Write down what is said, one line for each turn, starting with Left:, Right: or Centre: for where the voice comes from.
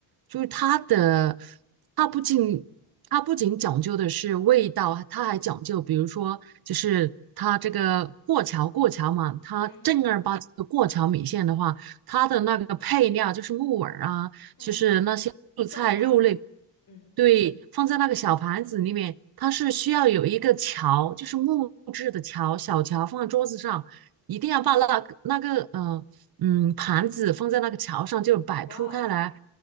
Right: 就是它的，它不仅它不仅讲究的是味道，它还讲究，比如说就是它这个过桥过桥嘛，它正儿八经的过桥米线的话，
Left: 嗯
Right: 它的那个配料就是木耳啊，
Left: 嗯，
Right: 就是那些蔬菜肉类，
Left: 豆芽儿，嗯，
Right: 对，放在那个小盘子里面，它是需要有一个桥，就是木质的桥，小桥放在桌子上，一定要把那个那个呃嗯盘子放在那个桥上，就摆铺开来，
Left: 哇哦，